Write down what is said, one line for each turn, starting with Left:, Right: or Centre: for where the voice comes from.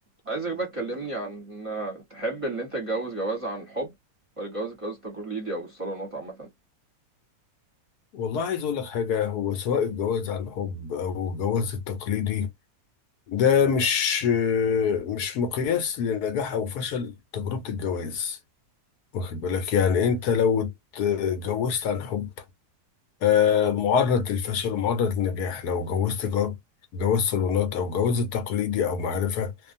Right: عايزك بقى تكلمني عن تحب اللي انت تتجوز جواز عن الحب ولا جواز جواز تقليدي او الصالونات عامة
Left: والله عايز اقول لك حاجه هو سواء الجواز عن حب او الجواز التقليدي ده مش مش مقياس لنجاح او فشل تجربه الجواز واخد بالك يعني انت لو اتجوزت عن حب آه، معرض للفشل ومعرض للنجاح لو جوزت جو- جواز صالونات او جواز التقليدي او معرفه